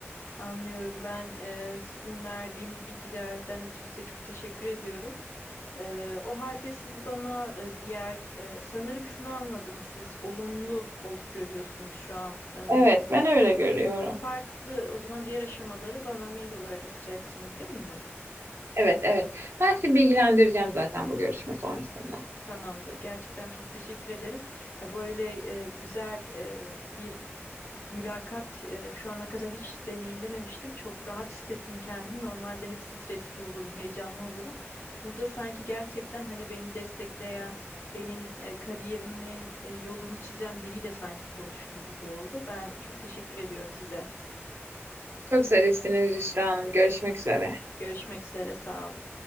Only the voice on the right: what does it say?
Evet,
ben öyle görüyorum.
Evet, evet. Ben sizi bilgilendireceğim zaten bu görüşme sonrasında.
Çok zarifsiniz Hüsra Hanım. Görüşmek üzere.